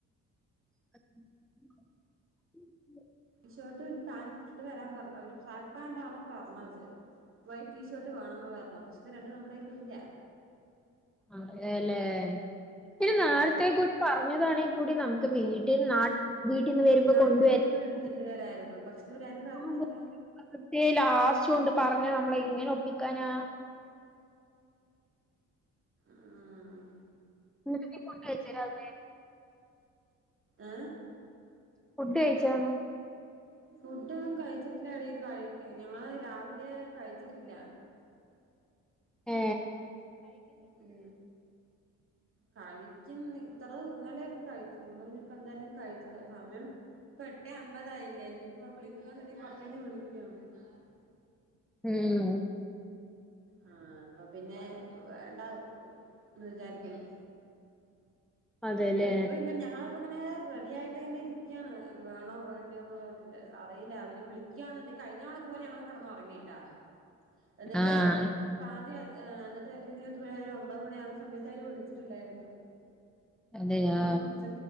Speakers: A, in the centre; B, on the right.
A: <unintelligible>
B: ഷർട്ടും പാന്റ് ഇട്ടിട്ട് വരാൻ പറ അവര് ട്രാക്ക് പാൻ്റാണ് പറഞ്ഞത് വൈറ്റ് ടീഷർട്ട് വേണന്ന് പറ പക്ഷത് രണ്ടും നമ്മടെ കൈയിലില്ല
A: ആ അല്ലേലേ ഇത്
B: ഉം
A: നേരത്തെ കൂടി പറഞ്ഞതാണെ കൂടി നമക്ക് വീട്ടിന്ന് നാ വീട്ടിന്ന് വരുമ്പ
B: നാട്ടിന്ന്
A: കൊണ്ടുവര
B: വരുമ്പോ
A: <unintelligible>
B: എടുത്തിട്ട് വരായിരുന്നു പക്ഷെ ഇവരാരും പറഞ്ഞില്ല
A: ലാസ്റ്റ് കൊണ്ട് പറഞ്ഞ നമ്മള ഇങ്ങനെ ഒപ്പിക്കാനാ
B: മ്മ്
A: നി ഫോട്ടോ അയച്ചു താരോ അ
B: ഏ
A: ഫുഡ് കഴിച്ചോന്ന്.
B: ഫുഡ് ഒന്നും കഴിച്ചിട്ടില്ലടി കഴിക്കാ ഞങ്ങള് രാവിലെ കഴിച്ചി ട്ടില്ല.
A: ഏ
B: ഉം കഴിക്കുന്ന് ഇത്ര ന്നലെ കഴിച്ചു ഇന്ന് ഇനിയിപ്പോ എന്തായാലും കഴിച്ചില്ല സമയം ഇപ്പം എട്ടേ അമ്പതായില്ലേ ഇനിയിപ്പം വിളിക്കാന്നുണ്ടെങ്കിൽ കൊറച്ചു കയിഞ്ഞാ വിളിക്കും രാവിലത്തെ
A: ഉം
B: ആ അപ്പൊ പിന്നെ വേണ്ടാ വിചാരിക്കല്ലേ
A: അതെല്ലേ
B: ഇപ്പം ന്നെ ഞങ്ങളൊക്കെ ങ്ങനെ റെഡിയായിട്ട്ങ്ങനെ ഇരി ക്കാണ് വേണോ വേണ്ടയോന്നുള്ളതില് അറീല്ല അവര് വിളികാന്ന്ണ്ടങ്കി കഴിഞ്ഞതവണ ഇതുപോലെ ഞങ്ങള് കെടന്ന് ഉറങ്ങിട്ടോ എന്നിട്ട്
A: ആഹ്
B: ആദ്യ ന്നട്ട് ഇതുപോലെ ഒരു ഒമ്പത് മണി ആകുന്ന സമയത്ത് അവര് വിളി ത്തിട്ടുണ്ടായിരുന്നു
A: അതെയോ
B: അയിന് വിളിച്ച